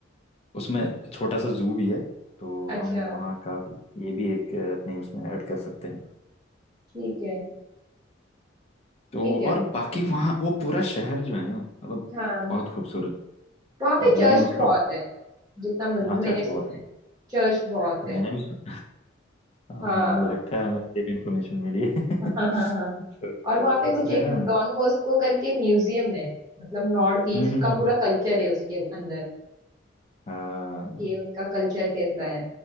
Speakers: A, on the left; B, on the right.
A: उसमें छोटा सा जू भी है तो
B: अच्छा
A: हम वहाँ का ये भी एक अ, अपने उसमें ऐड कर सकते हैं
B: ठीक है
A: तो
B: ठीक है
A: और बाकी वहाँ वो पूरा शहर जो है ना मतलब
B: हाँ
A: बहुत खूबसूरत
B: वहां
A: और
B: पे चर्च
A: लेकिन उसका
B: बहुत है जितना मुझ-
A: हाँ
B: मैंने
A: चर्च
B: सुना
A: बहुत है
B: है चर्च बहुत है
A: मैंने भी सुन- आ,
B: हाँ
A: लगता है हमें सेम इन्फॉर्मेशन मिली है <laughs>
B: हाँ हाँ हाँ
A: तो
B: और वहां पे कुछ
A: इसमें
B: एक
A: ना हम्म
B: डॉन बॉस्को करके म्यूजियम है मतलब नॉर्थ ईस्ट
A: हम्म
B: का
A: हम्म,
B: पूरा कल्चर है उसके अंदर
A: हाँ
B: कि उनका कल्चर कैसा है